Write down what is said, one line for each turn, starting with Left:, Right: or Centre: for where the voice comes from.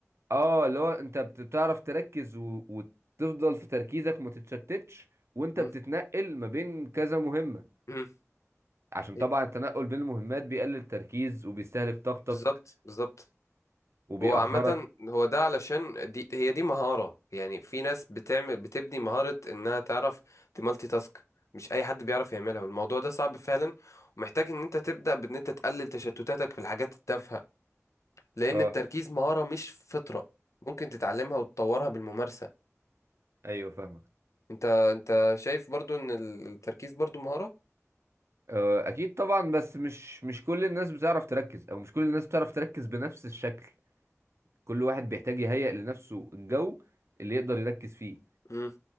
Right: اه اللي هو انت بت- بتعرف تركز و... وتفضل في تركيزك وما تتشتتش وانت
Left: م-
Right: بتتنقل ما بين كذا مهمة
Left: م.
Right: عشان
Left: إيه،
Right: طبعا التنقل بين المهمات بيقلل التركيز وبيستهلك طاقتك
Left: بالظبط بالظبط
Right: وبيأخرك
Left: هو عامة هو ده علشان دي هي دي مهارة يعني في ناس بتعمل بتبني مهارة انها تعرف تمالتي تاسك مش اي حد بيعرف يعملها والموضوع ده صعب فعلا ومحتاج ان انت تبدأ بان انت تقلل تشتتاتك في الحاجات التافهة لان
Right: اه
Left: التركيز مهارة مش فطرة ممكن تتعلمها وتطورها بالممارسة
Right: ايوه فاهمك
Left: انت انت شايف برضو ان ال- التركيز برضو مهارة
Right: آه، اكيد طبعا بس مش مش كل الناس بتعرف تركز او مش كل الناس بتعرف تركز بنفس الشكل كل واحد بيحتاج يهيئ لنفسه الجو اللي يقدر يركز فيه
Left: مم،